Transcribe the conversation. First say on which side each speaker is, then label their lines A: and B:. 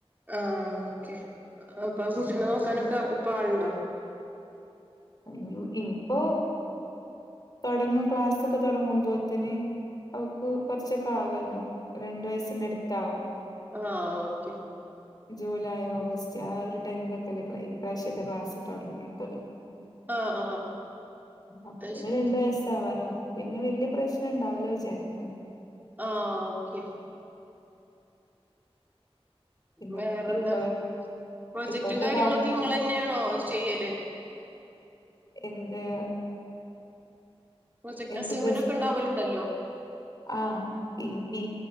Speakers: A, on the right; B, on the left.
A: ആഹ്ആആ ഓക്കെ അപ്പൊ ആ കുട്ടിനെ നോക്കാനൊക്കെ ഇപ്പ ആളുണ്ടോ
B: ഇനി ഇനിപ്പോ തൊടങ്ങ ക്ലാസ്സൊക്കെ തുടങ്ങുമ്പോത്തന് അവക്ക് കുറച്ചൊക്കെ ആവല്ലോ രണ്ട് വയസ്സിന്റെ അട്ത്താവും
A: ആഹ്ആ ഓക്കെ
B: ജൂലൈ ഓഗസ്റ്റ് ആ ഒരു ടൈമിലൊക്കെല്ല ഇപ്രാവശ്യത്തെ ക്ലാസ് തുടങ്ങിക്കല്ല
A: ആഹ് ആഹ്
B: അപ്പപിന്നെ
A: അത് ശരി
B: രണ്ടു വയസ് ആവാനോ പിന്നെ വല്യ പ്രശ്നം ഇണ്ടാവലോ വിചാരിക്കണം
A: ആഹ്ആ ഓക്കെ
B: പിന്നെ
A: വേറെന്താ
B: ഇപ്പ
A: പ്രോജക്ടും
B: ഇപ്പോഴത്തെ
A: കാര്യങ്ങളൊക്കെ
B: കാലത്ത്
A: ഇങ്ങള്അയാണോ ചെയ്യല്
B: എന്ത്
A: പ്രൊജക്റ്റ്
B: എന്ത്
A: അസൈമെന്റ്
B: പ്രശ്
A: ഒക്കെ ഇണ്ടാവലുണ്ടല്ലോ
B: ആ ഈ പി